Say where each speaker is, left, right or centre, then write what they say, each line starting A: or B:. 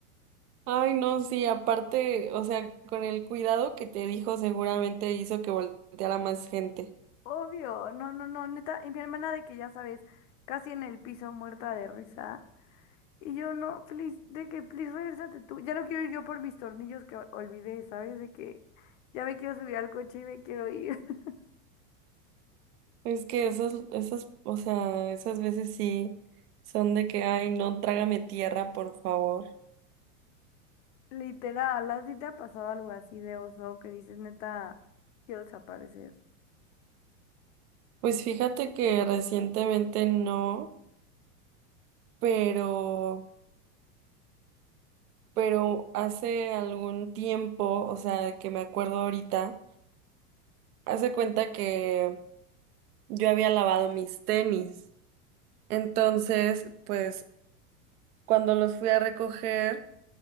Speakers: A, on the right; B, on the left.
A: Ay, no, sí, aparte, o sea, con el cuidado que te dijo, seguramente hizo que volteara más gente.
B: Obvio, no, no, no, neta, y mi hermana de que ya sabes, casi en el piso muerta de risa. Y yo no, please, de que, please, regresate tú. Ya no quiero ir yo por mis tornillos que olvidé, ¿sabes? De que ya me quiero subir al coche y me quiero ir. <laughs>
A: Es que esas, esas, o sea, esas veces sí son de que, ay, no, trágame tierra, por favor.
B: Literal, ¿a ti te ha pasado algo así de oso que dices, neta, quiero desaparecer?
A: Pues fíjate que recientemente no, pero pero hace algún tiempo, o sea, de que me acuerdo ahorita, hace cuenta que yo había lavado mis tenis. Entonces, pues cuando los fui a recoger,